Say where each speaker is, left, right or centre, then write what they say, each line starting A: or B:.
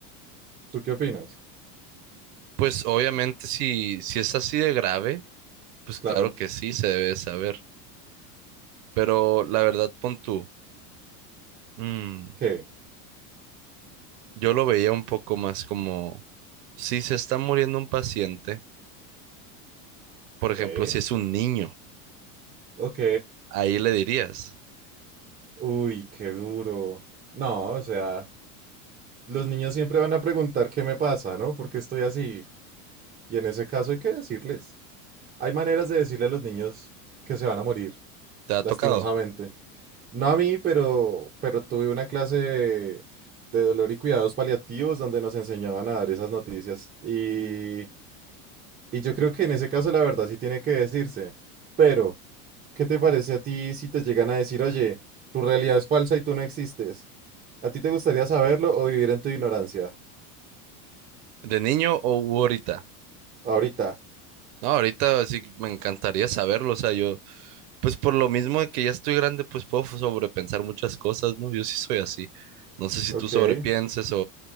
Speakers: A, on the right; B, on the right.
A: ¿Tú qué opinas?
B: Pues obviamente si, si es así de grave, pues claro
A: Claro.
B: que sí se debe saber, pero la verdad pon tú. Mm,
A: ¿Qué?
B: yo lo veía un poco más como, si se está muriendo un paciente, por ejemplo,
A: Sí.
B: si es un niño,
A: Ok.
B: ahí le dirías,
A: Uy, qué duro. No, o sea, los niños siempre van a preguntar qué me pasa, ¿no? Porque estoy así. Y en ese caso hay que decirles. Hay maneras de decirle a los niños que se van a morir,
B: ¿te ha
A: lastimosamente.
B: tocado?
A: No a mí, pero, pero tuve una clase de, de dolor y cuidados paliativos donde nos enseñaban a dar esas noticias. Y, y yo creo que en ese caso la verdad sí tiene que decirse. Pero, ¿qué te parece a ti si te llegan a decir, oye, tu realidad es falsa y tú no existes? ¿A ti te gustaría saberlo o vivir en tu ignorancia?
B: ¿De niño o u ahorita?
A: Ahorita.
B: No, ahorita sí me encantaría saberlo, o sea, yo, pues por lo mismo de que ya estoy grande, pues puedo sobrepensar muchas cosas, ¿no? Yo sí soy así. No sé si
A: Ok.
B: tú sobrepienses o,